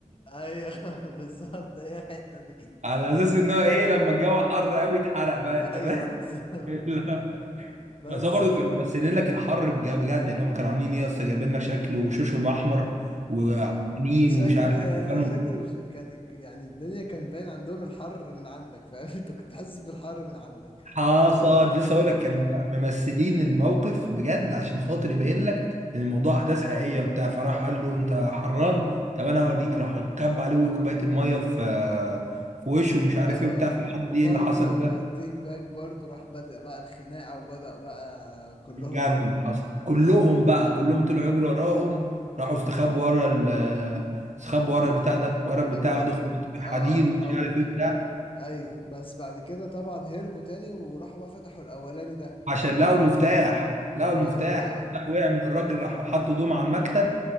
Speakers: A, on the left; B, on the right.
A: ايوه <laughs> بالظبط هي الحتة دي
B: <laughs> على اساس ان هو ايه لما الجو حر قوي اتحرق بقى انت
A: ايوه
B: فاهم
A: بالظبط
B: <laughs> لا.
A: بس
B: بس هو برضه كانوا ممثلين لك الحر بجد بجد يعني هم كانوا عاملين ايه يا اسطى جايبين لك شكل وشوشهم احمر وعينين
A: شكل
B: ومش عارف إيه. كانوا
A: شكله مش- كان الج- يعني الدنيا كان باين عندهم الحر من عندك فاهم <laughs> انت كنت حاسس بالحر من عندك
B: حصل لسه اقول لك كانوا ممثلين الموقف بجد عشان خاطر يبين لك ان الموضوع احداث حقيقيه وبتاع فراح قال له انت حران طب انا اوريك راح كب عليه كوبايه الميه في في وشه ومش عارف
A: اه
B: ايه وبتاع في اللحظه دي إيه
A: برضو
B: اللي حصل بقى
A: تيك باك برضو راح بدأ بقى الخناقة وبدأ بقى كلهم
B: اتجنن حصل كلهم بقى كلهم طلعوا يجروا وراهم راحوا استخبوا ورا ال استخبوا ورا البتاع ده ورا البتاع
A: اول
B: ده خبطوا في
A: اه
B: الحديد ومش
A: اول
B: عارف ايه بتاع
A: ايوه بس بعد كده طبعا هربوا تاني وراحوا بقى فتحوا الاولاني ده
B: عشان لقوا المفتاح لقوا المفتاح
A: ايوه
B: المفتاح وقع من الراجل راحوا حطوا ايدهم على المكتب